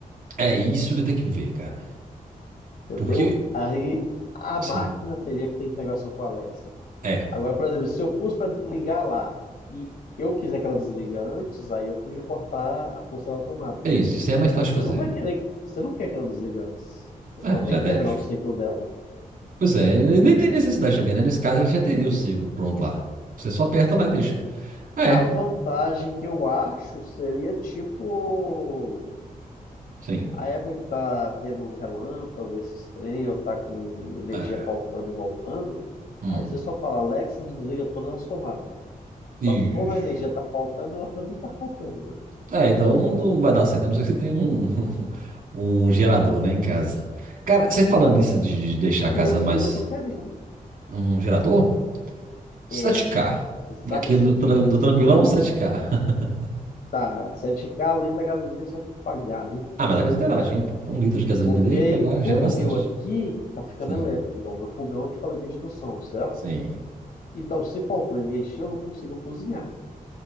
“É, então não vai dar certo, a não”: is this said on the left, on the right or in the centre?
Right